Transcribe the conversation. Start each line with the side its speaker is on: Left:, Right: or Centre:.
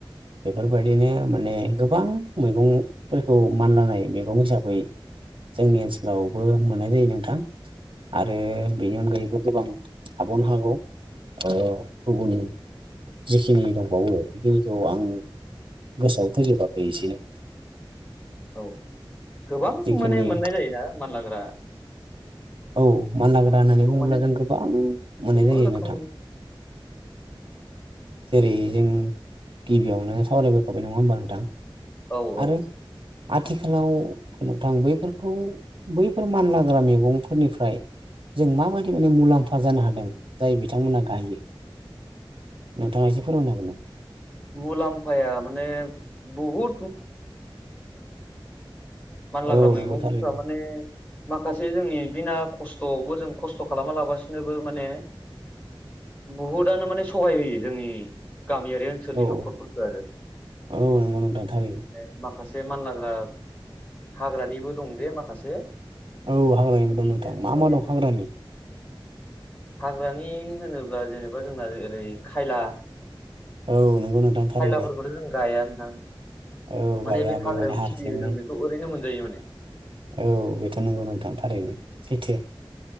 Right: बेफोरबायदिनो माने गोबां मैगंफोरखौ मानलानाय मैगं हिसाबै जोंनि ओनसोलावबो मोननाय जायो नोंथां, आरो बेनि अनगायैबो गोबां थाबावनो हागौ ओ गुबुन जिखिनि दंबावो बेखिनिखौ आं गोसोआव फैजोबाखै एसेनो
Left: औ गोबां
Right: जिखिनि
Left: माने मोननाय जायोना मानलाग्रा।
Right: औ मानलाग्रा होननानै
Left: मैगं
Right: बुङोब्ला
Left: माने
Right: जों गोबां मोननाय
Left: गोबां
Right: जायो
Left: रोखोमनि
Right: नोंथां। जेरै जों गिबियावनो सावरायबोखाबाय नङा होमबा नोंथां?
Left: औ औ
Right: आरो आथिखालाव नोंथां बैफोरखौ बैफोर मानलाग्रा मैगंफोरनिफ्राय जों माबायदि माने मुला म्फा जानो हादों जाय बिथांमोना गायो, नोंथाङा एसे फोरमायनो हागोन नामा?
Left: मुलाम्फाया माने बहु मानलाग्रा
Right: औ
Left: मैगंफ्रा
Right: नंगौ थारैनो
Left: माने माखासे जोंनि बिना ख स्थ'आवबो जों खस्थ' खालामा लाबासिनोबो माने बुहुदानो माने सहाय होयो जोंनि गामियारि ओनसो लनि फोरनि
Right: औ
Left: न'खरफोरखो आरो
Right: औ नंगौ नोंथां थारैनो
Left: <inaudible> माखासे <inaudible> मानलाग्रा हाग्रानिबो दं जे माखासे
Right: औ हाग्रानिबो
Left: माने
Right: दं नोंथां मा मा दं हाग्रानि?
Left: हाग्रानि होनोब्ला जेनेबा जोंना ओरै खायला
Right: औ नंगौ नोंथां थारैनो
Left: खायलाफोरखौथ' जों गायानो
Right: औ
Left: माने
Right: गाया
Left: बे हाग्रायाव
Right: माने हारसिंनो
Left: खिलियो जों बेखौ ओरैनो मोनजायो माने।
Right: औ बेथ' नंगौ नोंथां थारैनो सैथो।